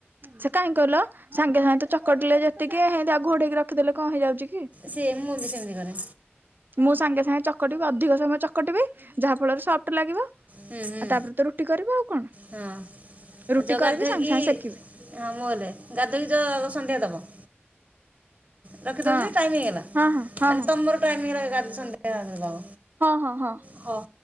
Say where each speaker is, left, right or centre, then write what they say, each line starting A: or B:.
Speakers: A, on the right; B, on the right.
A: ସେ କାହିଁ କହିଲ ସାଙ୍ଗେ ସାଙ୍ଗେ ତ ଚକଟିଲେ ଯେତିକି ହେ ଆଉ ଘୋଡ଼େଇକି ରଖିଦେଲେ କଣ ହେଇଯାଉଛି କି
B: ସେ ମୁଁ ବି ସେମିତି କରେ।
A: ମୁଁ ସାଙ୍ଗେ ସାଙ୍ଗେ ଚକଟିବି ଅଧିକ ସମୟ ଚକଟିବି ଯାହା ଫଳରେ ସଫ୍ଟ ଲାଗିବ। ଆଉ
B: ହୁଁ ହୁଁ
A: ତାପରେ ତ ରୁଟି କରିବ ଆଉ କଣ
B: ହଁ।
A: ରୁଟି
B: ଯୋଉ
A: କରିବି
B: ଗାଧୋଇକି
A: ସାଙ୍ଗେ ସାଙ୍ଗେ ସେକିବି।
B: ହଁ ମୁଁହଲେ ଗାଧଉଛ ସନ୍ଧ୍ୟା ଦବ ରଖି ଦଉଛି
A: ହଁ
B: ଟାଇମ ହେଇଗଲା
A: ହଁ ହଁ ହଁ
B: ମାନେ
A: ହଁ
B: ତମର ଟାଇମ ହେଇଗଲା ସନ୍ଧ୍ୟା ଦବ।
A: ହଁ ହଁ ହଁ
B: ହଁ